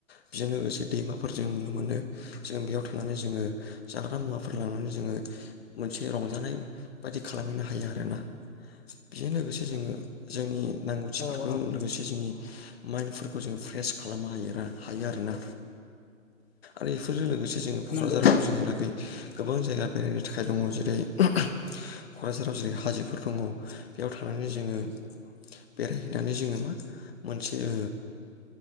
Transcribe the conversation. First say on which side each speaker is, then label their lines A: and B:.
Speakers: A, on the left; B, on the left.
A: बेजों लोगोसे दैमा फोर जों नुनो मोनो जों बेयाव थनानै जोङो जाग्रा मुवाफोर लनानै जोङो मोनसे रंजानाय बायदि खालामहैनो हायो आरोना बेजों लोगोसे जोङो जोंनि नांगौथिफोरखौ
B: औ औ
A: लोगोसे जोंनि माइन्दफोरखौ जोङो फ्रेस खालामनो हायो हायो आरोना आरो बेफोरजों लोगोसे जोङो क'क्राझाराव
B: नंगौ नंगौ
A: जोंनि लागै गोबां जायगा बेरायनो थाखाय दङ जेरै क'क्राझाराव जेरै हाजोफोर दङ बेयाव थांनानै जोङो बेरायहैनानै जोङो मा मोनसे ओ